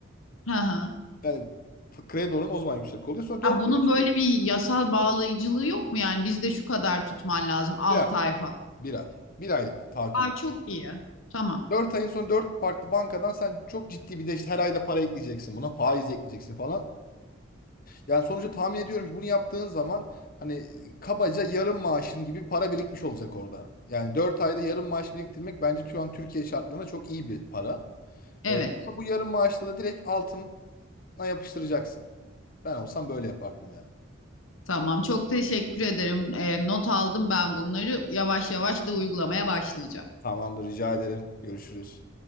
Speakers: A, on the left (about 80°); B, on the left (about 45°).
A: Hı hı.
B: Yani f- kredi oranı o zaman yüksek oluyor. Sonra
A: Ha,
B: 4
A: bunun
B: ayın
A: böyle
B: sonra
A: bir yasal bağlayıcılığı yok mu? Yani bizde şu kadar tutman lazım 6
B: bir ay.
A: ay falan.
B: Bir ay. Bir aylık taahhüte
A: Aa,
B: gir.
A: çok iyi. Tamam.
B: dört ayın sonra 4 farklı bankadan sen çok ciddi bir de işte her ayda para ekleyeceksin buna. Faiz ekleyeceksin falan. Yani sonuçta tahmin ediyorum ki bunu yaptığın zaman hani kabaca yarım maaşın gibi bir para birikmiş olacak orada. Yani 4 ayda yarım maaş biriktirmek bence şu an Türkiye şartlarına çok iyi bir para.
A: Evet.
B: Ee, bu yarım maaşla da direkt altına yapıştıracaksın. Ben olsam böyle yapardım yani.
A: Tamam. Çok teşekkür ederim. Ee, not aldım ben bunları. Yavaş yavaş da uygulamaya başlayacağım.
B: Tamamdır rica ederim. Görüşürüz.